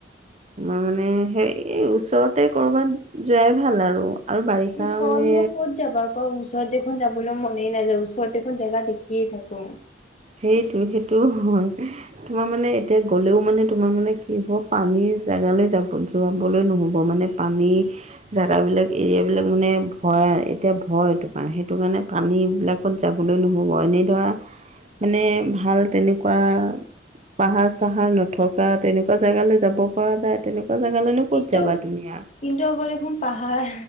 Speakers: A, on the right; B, on the left.
A: ম‌ই মানে সেই ওচৰতে ক'ৰবাত যোৱাই ভাল আৰু। আৰু বাৰিষা
B: উচৰত
A: মানে
B: নো কত যাবা কোৱা উ <unintelligible> দেখোন যাবলৈ মনেই নাযায় ওচৰত এখন জেগা দেখিয়ে থাকো।
A: সেইটো সেইটো হয়। তোমাৰ মানে এতিয়া গ'লেও মানে তোমাৰ মানে কি হ'ব পানীৰ জেগালৈ যাব যোৱাবলৈ নহ'ব মানে পানী জেগাবিলাক এৰিয়াবিলাক মানে ভয় এতিয়া ভয় এইটো কাৰণে সেইটো কাৰণে পানীবিলাক। ক'ত যাবলৈ নহ'ব এনেই ধৰা মানে ভাল তেনেকুৱা পাহাৰ চাহাৰ নথকা তেনেকুৱা জেগালৈ যাব পৰা যায় তেনেকুৱা ক জেগালৈনো ক'ত
B: কিন্তু
A: যাবা তুমি আৰু
B: কিন্তু আকৌ দেখোন পাহাৰ